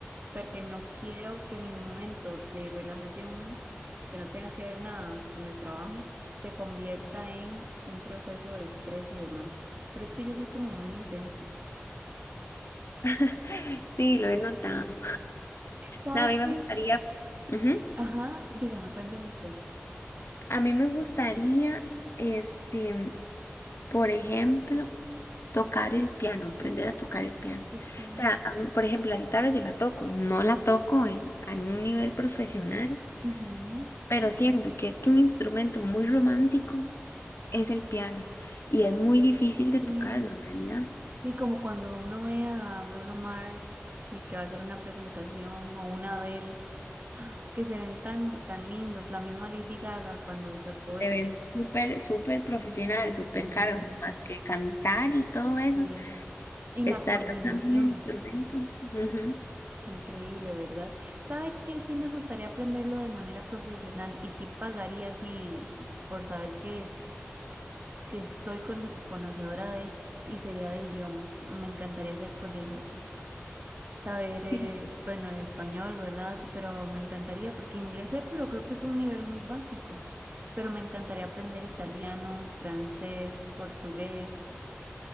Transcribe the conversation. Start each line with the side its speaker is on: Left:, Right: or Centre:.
Right: porque no quiero que mi momento de relajación, que no tenga que ver nada con el trabajo, se convierta en un proceso de estrés y demás. Pero es que yo soy como muy intensa.
Left: <laughs> Sí, lo he notado.
Right: ¿Sabes
Left: No, a mí me
Right: qué?
Left: gustaría, ujú,
Right: Ajá, dígame, cuénteme usted.
Left: A mí me gustaría, este, Por ejemplo, tocar el piano, aprender a tocar el piano.
Right: Qué chido.
Left: O sea, a mí, por ejemplo, la guitarra yo la toco, no la toco en, a un nivel profesional,
Right: Ujú,
Left: pero siento que es que un instrumento muy romántico es el piano y es muy difícil de
Right: Sí,
Left: tocarlo en realidad.
Right: sí, como cuando uno ve a Bruno Mars y que va a hacer una presentación o una Adele, ¡ah! que se ven tan, tan lindos. La misma Lady Gaga cuando sacó
Left: Te
Right: el...
Left: ves súper, súper profesional, súper
Right: em,
Left: caro,
Right: sí,
Left: o sea, más que cantar y todo eso,
Right: sí. Y
Left: estar
Right: la coordinación,
Left: tocando el instrumento. Ujú,
Right: qué increíble, ¿verdad? ¿Sabe que sí me gustaría aprenderlo de manera profesional y sí pagaría así por saber que que soy con- conocedora de y sería de idiomas. Me encantaría ser políglota. Saber, eh,
Left: sí.
Right: bueno, español, ¿verdad? Pero me encantaría, porque inglés sé, pero creo que es un nivel muy básico. Pero me encantaría aprender italiano, francés, portugués.